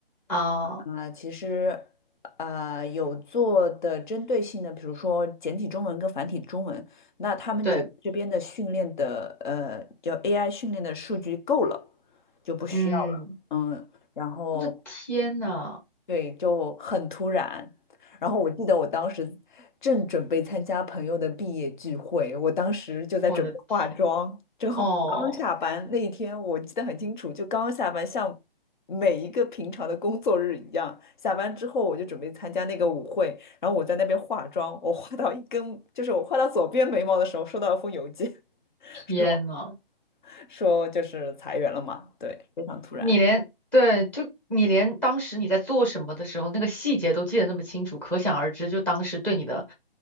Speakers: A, in the centre; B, on the left.
A: <laughs> 啊。
B: 啊、其实呃有做的针对性的，比如说简体中文跟繁体中文，那他们觉得这边的训练的呃叫
A: 对。
B: AI 训练的数据够了，就不需要了。
A: 嗯，
B: 嗯，然后。
A: 我的天呐，
B: 对，就很突然。然后我记得我当时正准备参加朋友的毕业聚会，我当时就在准备化妆，
A: 我的天，
B: 就刚下班那一天，
A: 哦，
B: 我记得很清楚，就刚下班，像每一个平常的工作日一样，下班之后我就准备参加那个舞会，然后我在那边化妆，我画到一根，就是我画到左边眉毛的时候，收到一封邮件，<laughs>
A: 天呐，
B: 说说就是裁员了嘛，对，非常突然。
A: 你连，对，就你连当时你在做什么的时候，那个细节都记得那么清楚，可想而知，就当时对你的